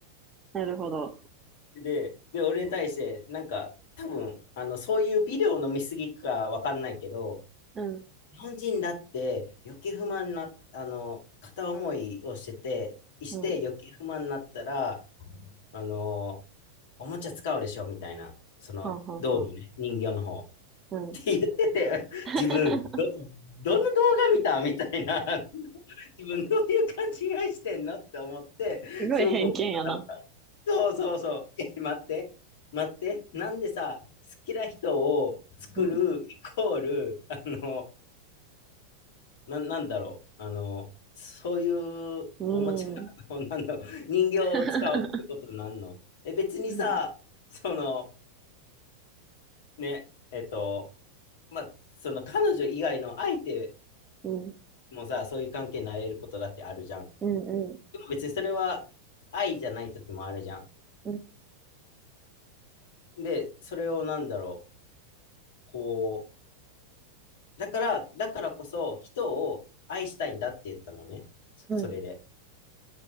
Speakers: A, on the right (about 20°); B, on the left (about 55°).
A: なるほど。
B: で、で、俺に対して、なんか、多分、あの、そういうビデオ飲みすぎかわかんないけど、
A: うん、
B: 日本人だって欲求不満な、あの、片思いをしてて、して欲求不満になったら、
A: うん。
B: あの、おもちゃ使うでしょみたいな、その、
A: はんはんはん。
B: 道理ね、人形の方。
A: うん。
B: 言ってて、
A: <laughs>
B: 自分、ど、どの動画見たみたいな、<laughs> 自分どういう勘違いしてんのって思って、
A: すごい偏見やな。
B: すごく面白かった。そうそうそう。え待って、待って、なんでさ、好きな人を作るイコール、
A: うん。
B: あの、な、なんだろう、あの、そういうおもちゃの、
A: うーん。
B: なんだろう、人形を使うってことなんのえ、
A: <laughs>
B: 別にさ、
A: うん、
B: その、ね、えっと、まあ、その彼女以外の相手
A: うん、
B: もうさ、そういう関係になれることだってあるじゃん。
A: うん、う
B: でも別にそれは愛じゃない時もあるじゃん。
A: ん、うん、
B: で、それをなんだろう、こう、だから、だからこそ人を愛したいんだって言ったのね。そそれで。
A: うん、